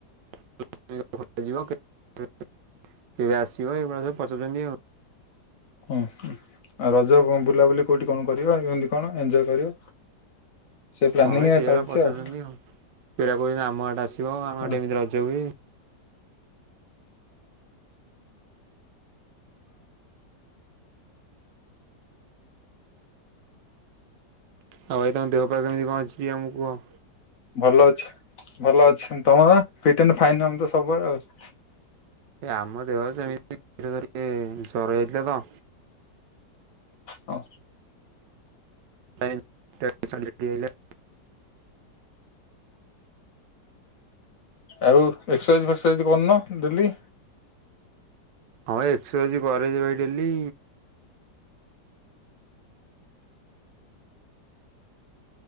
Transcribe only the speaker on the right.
<unintelligible> କେବେ ଆସିବ ଏଇଭଳିଆ ସବୁ ପଚାରୁଛନ୍ତି ଆଉ।
ହଁ ଭାଇ
ସେଇଭଳିଆ
ପଚାରୁଛନ୍ତି
ପିଲା କହୁଛନ୍ତି ଆମ ଆଡେ ଆସିବ ଆମ
ଇଆଡେ ଏମିତି ରଜ ହୁଏ। ସମସ୍ତଙ୍କ ଦେହ ପା କେମିତି କଣ ଅଛି ଆମକୁ କୁହ?
ଏ ଆମ ଦେହ ସେମିତି <unintelligible> ଏ ଜର ହେଇଥିଲା ତ।
<unintelligible>
ହଁ ଏକ୍ସରସାଇଜ କରେ ଯେ ଭାଇ ଡେଲି